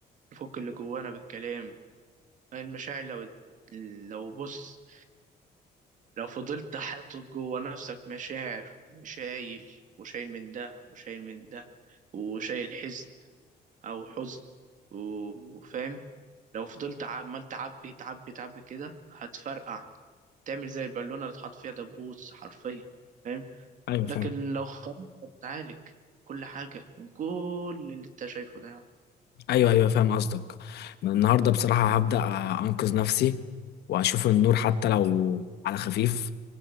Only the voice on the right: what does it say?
نفك اللي جوانا بالكلام المشاعر لو لو بص لو فضلت حاطط جوه نفسك مشاعر وشايل وشايل من ده وشايل من ده وشايل حزن او حزن و- وفاهم لو فضلت عمال تعبي تعبي تعبي كده هتفرقع تعمل زي البالونة اللي اتحط فيها دبوس حرفيا فاهم
لكن
لو خرجت هتتعالج كل حاجة من كل اللي انت شايفه ده يعني.